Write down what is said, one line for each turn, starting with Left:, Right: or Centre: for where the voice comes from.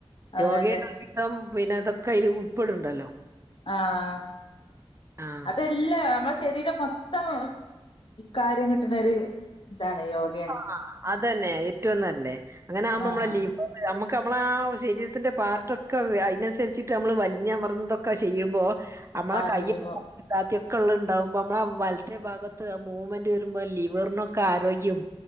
Left: അതെ
Right: യോഗയെ
Left: അതെ
Right: വിതം പിന്നെ ഇതൊക്കെ അയിൽ ഉൾപ്പെടുണ്ടല്ലോ
Left: ആഹ
Right: ആഹ്
Left: അതെ ഇല്ല നമ്മളുടെ ശരീരം മൊത്തം കാര്യം കിട്ടുന്ന ഒരു ഇതാണ് യോഗ
Right: ആഹ അതന്നെ ഏറ്റവും നല്ലേ അങ്ങനെ ആവുബോ
Left: ആഹ്
Right: നമ്മള ലീവ നമ്മുക്ക് നമ്മള ആഹ ശരീരത്തിന്റെ പാർട്ടൊക്കെ അയനനുസരിച്ചിട്ട് നമ്മള് വലിഞ്ഞമൃതൊക്കെ ചെയ്യുമ്പോ നമ്മളെ
Left: ആഹ്
Right: കയ്യക്കെ
Left: ചെയ്യുമ്പോ
Right: ഇല്ലാത്തി യൊക്കെള്ള ഉണ്ടാവ്പോ നമ്മള വലത്തെ ഭാഗത്ത് ആ മൂമെന്റ് വരുമ്പോ ലിവറിനൊക്കെ ആരോഗ്യം